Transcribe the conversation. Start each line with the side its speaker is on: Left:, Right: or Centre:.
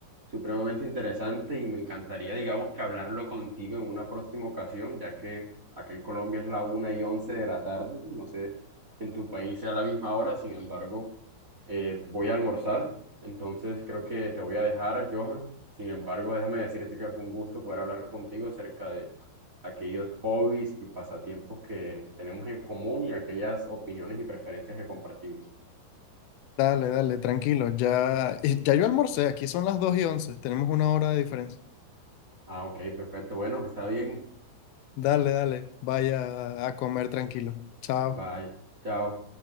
Right: supremamente interesante y me encantaría, digamos, que hablarlo contigo en una próxima ocasión, ya que acá en Colombia es la una y once de la tarde. No sé si en tu país sea la misma hora, sin embargo, eh, voy a almorzar. Entonces creo que te voy a dejar, Johan. Sin embargo, déjame decirte que fue un gusto poder hablar contigo acerca de aquellos hobbies y pasatiempos que tenemos en común y aquellas opiniones y preferencias que compartimos.
Left: Dale, dale, tranquilo, ya, y ya yo almorcé, aquí son las dos y once tenemos una hora de diferencia.
Right: Ah, ok, perfecto. Bueno, está bien.
Left: Dale, dale, vaya a comer tranquilo. Chao.
Right: Bye. Chao.